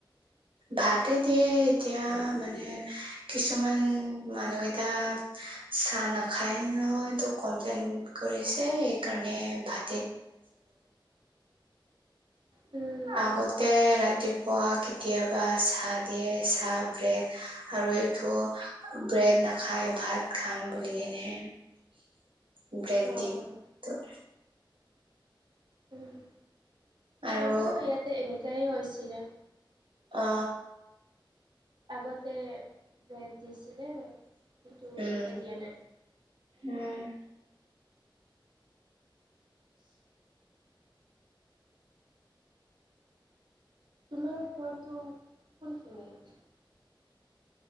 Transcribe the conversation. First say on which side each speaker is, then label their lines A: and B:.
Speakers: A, on the right; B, on the right.
A: ভাতে দিয়ে এতিয়া মানে কিছুমান মানুহ কেইতা চাহ নাখায় নহয়তো কমপ্লেইন কৰিছে সেইকাৰণে ভাত
B: উম উম,
A: আগতে ৰাতিপুৱা কেতিয়াবা চাহ দিয়ে চাহ ব্ৰেড আৰু এইটো ব্ৰেড নাখাই ভাত খাম বুলি কেনেহে ব্ৰেড
B: অ',
A: দি
B: অ',
A: ত
B: উম।
A: আৰু
B: আমাৰো ইয়াতে এনেকাই হৈছিলে
A: অ
B: আগতে ব্ৰেড দিছিলে কিন্তু
A: উম
B: এতিয়া দিয়া নাই
A: উম
B: উ তোমাৰ ঘৰটো কোনখিনি